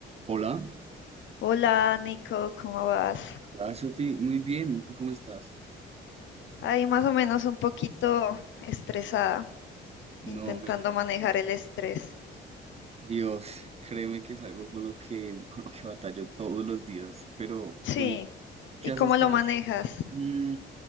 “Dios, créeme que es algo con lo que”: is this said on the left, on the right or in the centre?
Right